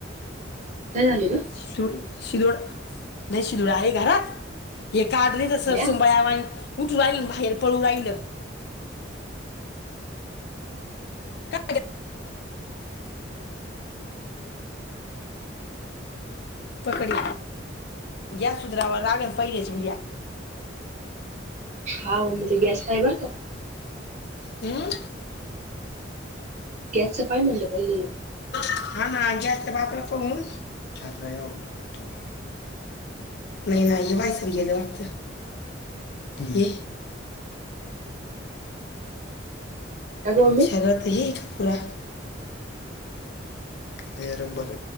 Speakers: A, on the right; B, on the left.
A: काय झालं ग
B: शिड शिदोड नाही शिदोड आहे घरात हे काढ नाही तस
A: भया
B: सुबळ उठू राहिल बाहेर पळू राहिलं का पकडी गॅस सुधरावर रागत पहिले सुलल्या
A: हा उमब ते गॅस पाय बर का
B: हम्म
A: गॅस सफय म्हणलं पहिले
B: हा ना जास्त भापलं पून ठर वाटतो का नाही नाही वायसरीयद वक्त ते
A: का ग मम्मी
B: सगात ये का पुूरा अ रबर